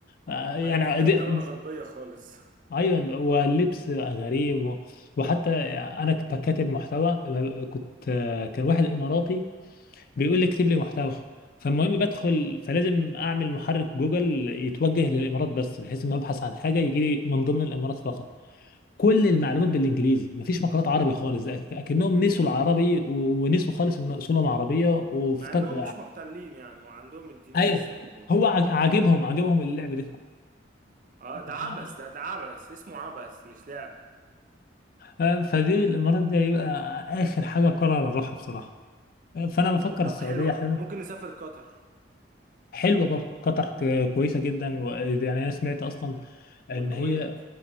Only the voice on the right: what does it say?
بقت بقت
دولة غربية خالص
<laughs> مع انهم مش محتلين يعني وعندهم الدين
لسه موجود
اه ده
عبث ده ده عبث اسمه عبث مش لعب
طب
حلوة
ممكن نسافر قطر
والكويت